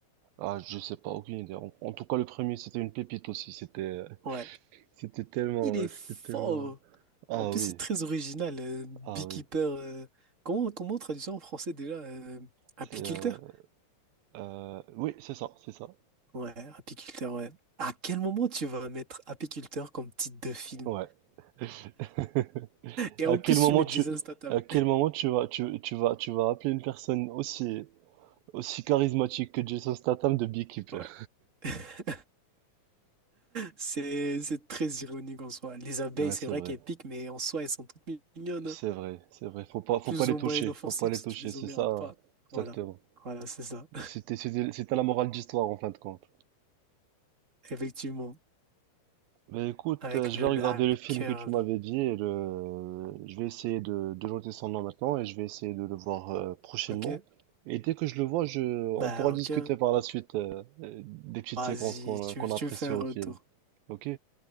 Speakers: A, on the right; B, on the right.
A: Ah, je sais pas, aucune idée. En, en tout cas, le premier, c'était une pépite aussi. C'était euh,
B: Ouais.
A: c'était tellement...
B: Il est
A: euh, C'était
B: fort.
A: tellement... Ah
B: En plus,
A: oui,
B: c'est très original. euh, beekeeper.
A: ah oui.
B: euh, Comment, comment on traduit ça en français déjà? euh, apiculteur?
A: C'est... euh, euh, Oui, c'est ça, c'est ça.
B: Ouais, apiculteur, ouais. À quel moment tu vas mettre apiculteur comme titre de film?
A: Ouais. <laughs>
B: Et
A: À
B: en
A: quel
B: plus,
A: moment
B: tu mets
A: tu,
B: Jason Statham.
A: à quel moment tu vas, tu, tu vas, tu vas appeler une personne aussi, aussi charismatique que Jason Statham de Beekeeper?
B: Ouais. <laughs> C'est, c'est très ironique en soi. Les abeilles,
A: Ouais,
B: c'est
A: c'est
B: vrai
A: vrai.
B: qu'elles piquent, mais en soi, elles sont toutes mignonnes.
A: C'est
B: hein.
A: vrai, c'est vrai. Faut pas, faut
B: Plus
A: pas les
B: ou
A: toucher.
B: moins inoffensives
A: Faut pas les
B: si
A: toucher.
B: tu les
A: C'est
B: emmerdes
A: ça,
B: pas.
A: exactement.
B: Voilà. Voilà, c'est ça.
A: Et C'était, c'était, c'était la morale d'histoire en fin de compte.
B: <laughs> Effectivement.
A: Mais écoute,
B: Avec
A: euh, je
B: le,
A: vais regarder
B: le hacker,
A: le film que tu m'avais
B: là.
A: dit et le... je vais essayer de, de noter son nom maintenant et je vais essayer de le voir euh, prochainement.
B: Ok?
A: Et dès que je le vois, je...
B: Bah,
A: on pourra discuter
B: ok.
A: par la suite euh, euh, des petites
B: Vas-y,
A: séquences qu'on
B: tu,
A: qu'on
B: me-
A: a
B: tu
A: appréciées
B: me fais un
A: au
B: retour.
A: film. Ok?